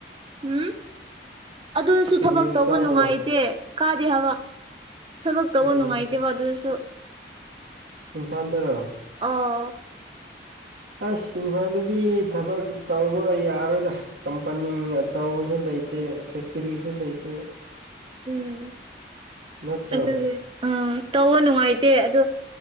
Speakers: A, on the right; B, on the right.
A: ꯎꯝ ꯑꯗꯨꯁꯨ
B: ꯑꯦꯝ
A: ꯊꯕꯛ
B: ꯌꯨ
A: ꯇꯧꯕ
B: ꯀꯥꯕ꯭ꯔꯣ
A: ꯅꯨꯡꯉꯥꯏꯇꯦ ꯀꯥꯗꯦ ꯍꯥꯏꯕ ꯊꯕꯛ ꯇꯧꯕ
B: ꯑꯣ
A: ꯅꯨꯡꯉꯥꯏꯇꯦꯕ ꯑꯗꯨꯁꯨ
B: ꯏꯝꯐꯗ꯭ꯔ
A: ꯑꯥ
B: ꯑꯁ ꯏꯝꯐꯥꯜꯗꯗꯤ ꯊꯕꯛ ꯇꯧꯕ ꯌꯥꯔꯣꯏꯗ꯭ꯔꯥ ꯀꯝꯄꯅꯤ ꯑꯆꯧꯕꯁꯨ ꯂꯩꯇꯦ ꯐꯦꯛꯇꯔꯤꯁꯨ ꯂꯩꯇꯦ
A: ꯎꯝ
B: ꯅꯠꯇ꯭ꯔꯣ
A: ꯑꯗꯨꯒꯤ ꯑꯥ ꯇꯧꯕ ꯅꯨꯡꯉꯥꯏꯇꯦ ꯑꯗꯣ